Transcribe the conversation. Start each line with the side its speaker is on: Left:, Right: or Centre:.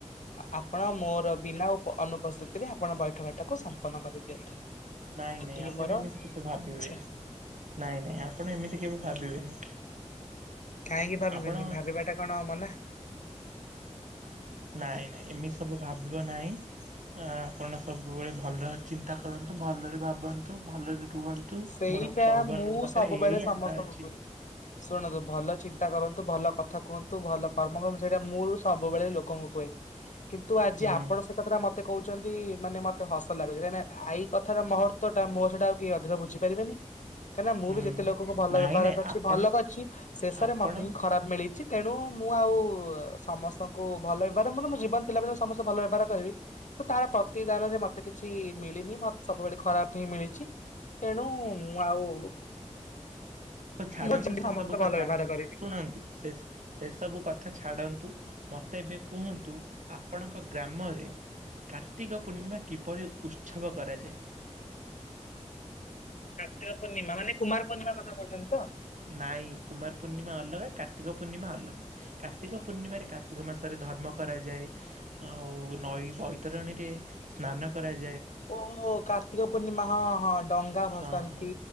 Left: ଆପଣ ମୋର ବିନା ଅନୁପସ୍ଥିତିରେ ଆପଣ ବୈଠକ ଟାକୁ ସମ୍ପନ୍ନ କରିଦିଅନ୍ତୁ।
Right: ନାଇଁ
Left: ଏତିକି
Right: ନାଇଁ ଆପଣ
Left: ମୋର
Right: ଏମିତି କେବେ ଭାବିବେନି
Left: ଇଚ୍ଛା
Right: ନାଇଁ ନାଇଁ ଆପଣ ଏମିତି କେବେ ଭାବିବେନି। <inaudible>
Left: କାହିଁକି ଭାବିବିନି
Right: ଆପଣ
Left: ଭାବିବା ଟା କଣ ମୱା।
Right: ନାଇଁ ନାଇଁ ଏମିତି ସବୁ ଭାବିବ ନାହିଁ ଆପଣ ସବୁବେଳେ ଭଲ ଚିନ୍ତା କରନ୍ତୁ। ଭଲରେ ଭାବନ୍ତୁ ଭଲରେ ରୁହନ୍ତୁ।
Left: ସେଇଟା
Right: ମୋର ଭଗବାନଙ୍କ
Left: ମୁଁ
Right: ପାଖରେ
Left: ସବୁବେଳେ
Right: ଏଇଆ ହିଁ
Left: ସମସ୍ତଙ୍କୁ
Right: ଆଶା ଅଛି।
Left: କୁହେ ଶୁଣନ୍ତୁ, ଭଲ ଚିନ୍ତା କରନ୍ତୁ। ଭଲ। କଥା କୁହନ୍ତୁ ଭଲ କର୍ମ କରନ୍ତୁ ସେଇଟା ମୁଁ ସବୁବେଳେ ଲୋକଙ୍କୁ କୁହେ। କିନ୍ତୁ ଆଜି
Right: ହୁଁ
Left: ଆପଣ ସେ କଥା ମତେ କହୁଛନ୍ତି ମାନେ ମତେ ହସ ଲାଗୁଛି। କାହିଁକି ନା ଆଇ କଥାର ମହତ୍ୟ ଟା ମୋ ଛଡା ଆଉ କିଏ ଅଧିକ ବୁଝି ପାରିବେନି। କାହିଁକିନା ମୁଁ
Right: ହୁଁ
Left: ବି ଯେତେ ଲୋକଙ୍କୁ ଭଲ
Right: ନାଇଁ
Left: ବ୍ୟବହାର
Right: ନାଇଁ
Left: କରିଛି
Right: ଆପଣ
Left: ଭଲ କରିଛି ଶେଷରେ
Right: ଆପଣ
Left: ମତେ ହିଁ ଖରାପ ମିଳିଛି। ତେଣୁ ମୁଁ ଆଉ ସମସ୍ତଙ୍କୁ ଭଲ ବ୍ୟବହାର ମ ମୋ ଜୀବନ ଥିଲାବେ ସମସ୍ତେ ଭଲ ବ୍ୟବହାର କରିବି କି ତାର ପ୍ରତିକାରରେ ମତେ କିଛି ମିଳିନି। ମତେ ସବୁବେଳେ ଖରାପ ହିଁ ମିଳିଛି। ତେଣୁ ମୁଁ ଆଉ
Right: ହଉ ଛାଡନ୍ତୁ
Left: ମୋ ଜୀବନରେ
Right: ସେ
Left: ସମସ୍ତେ
Right: ସବୁ କଥା
Left: ଭଲ ବ୍ୟବହାର କରିବି।
Right: ଶୁଣନ୍ତୁ ସେ ସେ ସବୁ କଥା ଛାଡନ୍ତୁ। ମତେ ଏବେ କୁହନ୍ତୁ ଆପଣଙ୍କ ଗ୍ରାମରେ କାର୍ତ୍ତିକ ପୂର୍ଣ୍ଣିମା କିପରି ଉତ୍ସବ କରାଯାଏ।
Left: କାର୍ତିକ ପୂର୍ଣ୍ଣିମା ମାନେ କୁମାର ପୂର୍ଣିମା କଥା କହୁଛନ୍ତି ତ।
Right: ନାଇଁ କୁମାର ପୂର୍ଣ୍ଣିମା ଅଲଗା କାର୍ତ୍ତିକ ପୂର୍ଣ୍ଣିମା ଅଲଗା କାର୍ତ୍ତିକ ପୂର୍ଣ୍ଣିମାରେ କାର୍ତ୍ତିକ ମାସରେ ଧର୍ମ କରାଯାଏ ଆଉ ନଈ ବୈତରଣୀରେ ସ୍ନାନ କରାଯାଏ।
Left: ଓହୋ କାର୍ତ୍ତିକ ପୂର୍ଣ୍ଣିମା ହଁ। ହଁ। ଡଙ୍ଗା ଭସାନ୍ତି।
Right: ହଁ ହଁ